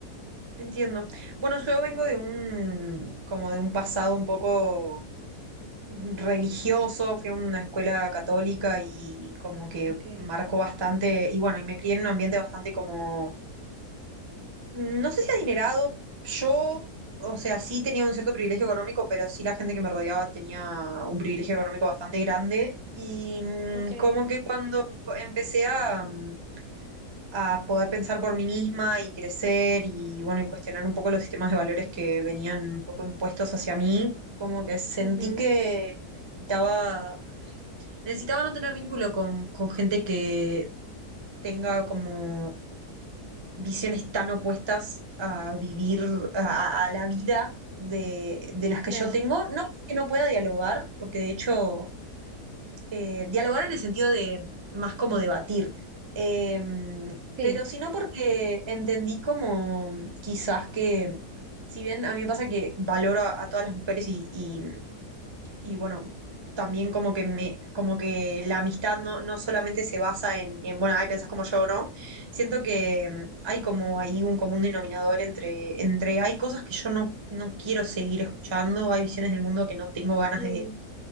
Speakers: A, on the right; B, on the right.
A: Entiendo. Bueno, yo vengo de un, como de un pasado un poco religioso, fui a una escuela católica y como que
B: okay
A: marcó bastante, y bueno, y me crié en un ambiente bastante como, no sé si adinerado, yo, o sea, sí tenía un cierto privilegio económico, pero sí la gente que me rodeaba tenía un privilegio económico bastante grande, y mm,
B: okay
A: como que cuando empecé a, mm, a poder pensar por mí misma y crecer y bueno, y cuestionar un poco los sistemas de valores que venían un poco impuestos hacia mí, como que sentí
B: ujú,
A: que necesitaba, necesitaba no tener vínculo con, con gente que tenga como visiones tan opuestas a vivir, a, a- a la vida de, de las que
B: claro,
A: yo tengo, no que no pueda dialogar, porque de hecho eh, dialogar en el sentido de más como debatir, Em,
B: sí,
A: pero sino porque entendí como quizás que, si bien a mí me pasa que valoro a, a todas las mujeres y, y- y bueno, también como que me, como que la amistad no, no solamente se basa en, en, bueno, ay, pensás como yo, ¿no? Siento que em, hay como ahí un común denominador entre, entre hay cosas que yo no, no quiero seguir escuchando, hay visiones del mundo que no tengo ganas
B: mm,